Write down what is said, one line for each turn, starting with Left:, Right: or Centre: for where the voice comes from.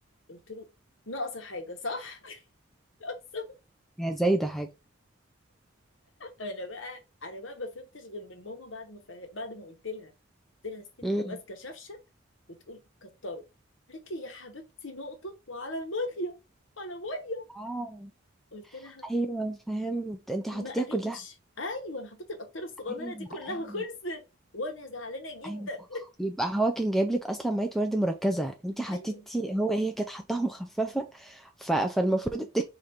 Left: قلت له ناقصه حاجه صح <laughs> ناقصه
Centre: هي زايدة حاجة
Left: انا بقى انا بقى ما فهمتش غير من ماما بعد ما فه... بعد ما قلت لها قلت لها الست
Centre: مم.
Left: ماسكه شفشه وتقول كتره قالت لي يا حبيبتي نقطه وعلى الميه على ميه
Centre: اه
Left: قلت لها
Centre: ايوه فهمت انت حطيتيها
Left: ما قالتش
Centre: كلها
Left: ايوه انا حطيت القطاره الصغننه
Centre: ايوه
Left: دي كلها
Centre: ايوه
Left: خلصت وانا زعلانه جدا
Centre: ايوه صح يبقى هو كان جايب لك اصلا ميه ورد مركزه انت حطيتي
Left: <laughs> ايوه
Centre: هو هي كانت حطاها <laughs> مخففه ف... فالمفروض الت-